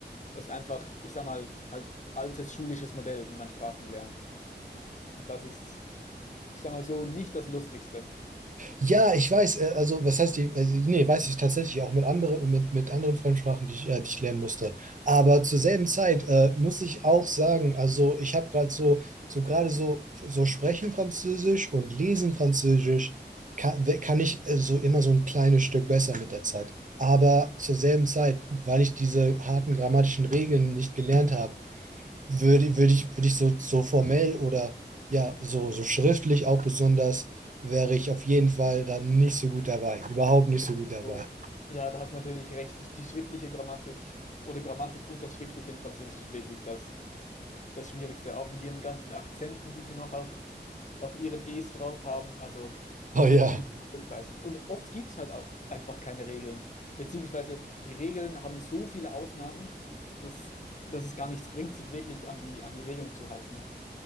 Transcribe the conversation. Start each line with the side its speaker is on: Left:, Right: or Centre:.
Left: es ist einfach, ich sag mal, halt altes schulisches Modell, wie man Sprachen lernt. Und das ist, ich sag mal so, nicht das Lustigste.
Right: Ja, ich weiß, äh, also was heißt die, also, nee, weiß ich tatsächlich auch mit anderen, mit, mit anderen Fremdsprachen, die ich, äh, die ich lernen musste. Aber zur selben Zeit äh, muss ich auch sagen, also ich habe gerade so, so gerade so, so sprechen Französisch und lesen Französisch kann, we- kann ich äh, so immer so ein kleines Stück besser mit der Zeit. Aber zur selben Zeit, weil ich diese harten grammatischen Regeln nicht gelernt habe, würde, würde ich, würde ich so, so formell oder ja, so, so schriftlich auch besonders, wäre ich auf jeden Fall dann nicht so gut dabei. Überhaupt nicht so gut dabei.
Left: So, ja, da hast du natürlich recht. Die schriftliche Grammatik oder Grammatik und das Schriftliche in Französisch ist wirklich das, das Schwierigste. Auch mit ihren ganzen Akzenten, die sie noch auf, auf ihren E's drauf haben. Also, dann
Right: Oh ja.
Left: muss man wirklich durchbeißen. Und oft gibt es halt auch einfach keine Regeln. Beziehungsweise die Regeln haben so viele Ausnahmen, dass, dass es gar nichts bringt, sich wirklich an die, an die Regeln zu halten.